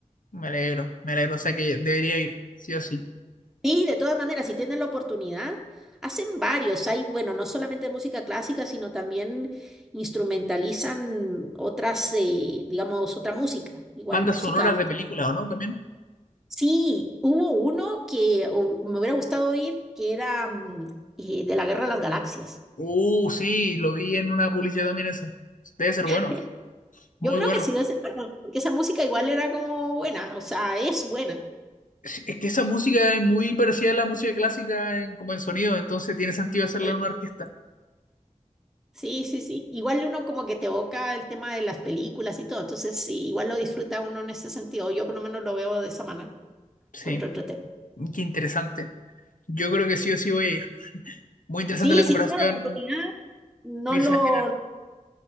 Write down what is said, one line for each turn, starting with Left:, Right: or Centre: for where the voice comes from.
Left: Me alegro, me alegro. O sea que debería ir, sí o sí.
Centre: Sí, de todas maneras, si tienen la oportunidad, hacen varios. Hay, bueno, no solamente música clásica, sino también instrumentalizan otras, eh, digamos, otra música, igual
Left: Bandas
Centre: música
Left: sonoras de películas, ¿o no? También.
Centre: Sí, hubo uno que u- me hubiera gustado ir, que era mm, eh, de la Guerra de las Galaxias.
Left: Uh, sí, lo vi en una publicidad también ese. Debe ser
Centre: <laughs>
Left: bueno. Muy
Centre: Yo creo
Left: bueno.
Centre: que sí, debe ser bueno, porque esa música igual era como buena, o sea, es buena.
Left: Es es que esa música es muy parecida a la música clásica en, como en sonido, entonces tiene sentido hacerla
Centre: Sí,
Left: en una orquesta.
Centre: sí, sí. sí. Igual uno como que te evoca el tema de las películas y todo, entonces sí, igual lo disfruta uno en ese sentido. Yo por lo menos lo veo de esa manera,
Left: Sí,
Centre: encuentro entretenido.
Left: qué interesante. Yo creo que sí o sí voy a ir. Muy interesante
Centre: Sí,
Left: la conversación,
Centre: si tiene la oportunidad, no
Left: Mirza,
Centre: lo,
Left: en general.